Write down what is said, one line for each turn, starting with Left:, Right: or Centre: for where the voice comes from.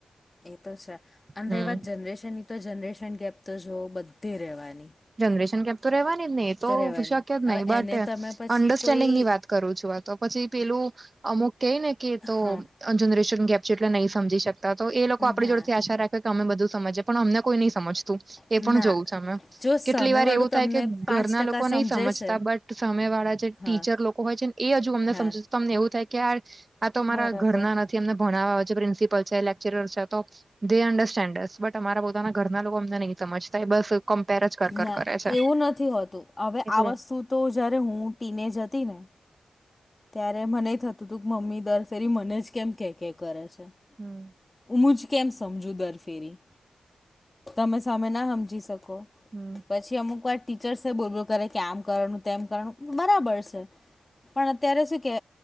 Left: એ તો છે અને
Right: હમ
Left: રહી વાત જનરેશન ની તો જનરેશન ગેપ તો જો બધે રહેવાની
Right: જનરેશન કેપ તો રેવાની જ ને એ તો
Left: રહેવાની
Right: શક્ય જ
Left: હવે
Right: નહી બટ
Left: એને તમે પછી
Right: અન્ડરસ્ટેન્ડિંગની
Left: કોઈ
Right: વાત કરું છું તો પછી પેલું અમુક કેઈ ને કે તો
Left: હા
Right: જનરેશન ગેપ છે એટલે નહીં સમજી શકતા તો એ લોકો આપડી
Left: ના
Right: જોડેથી આશા રાખે અમે બધું સમજ પણ અમને કોઈ નહી સમજતું એ
Left: ના
Right: પણ જોયું છે અમે
Left: જો સામેવાળું
Right: એટલી વાર એવું થાય
Left: તમને
Right: કે
Left: પાંચ
Right: ઘરના
Left: ટકા
Right: લોકો
Left: સમજે
Right: નહીં સમજતા
Left: છે
Right: બટ સામેવાળા જે ટીચર
Left: હા
Right: લોકો હોય છેને એ હજુ અમને
Left: હા
Right: સમજ તમને એવું થાય કે યાર આ તો અમારા
Left: બરાબર
Right: ઘરના જે અમને ભણવા આવે છે પ્રિન્સપલ છે લેક્ચર <unintelligible> તો <unintelligible> તમારા પોતાના ઘરના લોકો અમને નહી સમજતા બસ કમ્પેર જ કર કર
Left: ના
Right: કરે છે
Left: એવું નથી હોતું હવે
Right: એટલે
Left: આ વસ્તુ તો જયારે હું ટીનેજ હતી ને ત્યારે મને થતું હતું કે મમ્મી દર ફેરી મને જ કેમ કેય કેય કરે છે
Right: હમ
Left: હું જ કેમ સમજુ દર ફેરી તમે સામે ના હમજી શકો
Right: હમ
Left: પછી અમુક વાર ટીચર્સે બોલ બોલ કરે કે આમ કરવાનું તેમ કરવાનું બરાબર છે ત્યારે છે કે